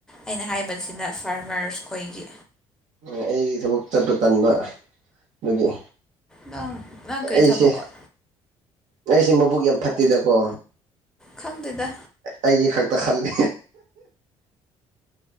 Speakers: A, in the centre; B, on the right (about 55°).
A: ꯑꯩꯅ ꯍꯥꯏꯕꯁꯤꯗ ꯐꯥꯔꯃꯔꯁ ꯈꯣꯏꯒꯤ
B: ꯑꯩꯒꯤ ꯊꯕꯛ ꯆꯠꯄ ꯇꯟꯕ ꯑꯗꯨꯒꯤ
A: ꯅꯪ ꯅꯪ ꯀꯩ
B: ꯑꯩꯁꯦ
A: ꯊꯕꯛꯑꯣ
B: ꯑꯩꯁꯦ ꯃꯕꯨꯛ ꯌꯥꯝ ꯐꯠꯇꯦꯗꯀꯣ
A: ꯈꯪꯗꯦꯗ
B: ꯑꯩꯒꯤ ꯈꯛꯇ ꯈꯜꯂꯤ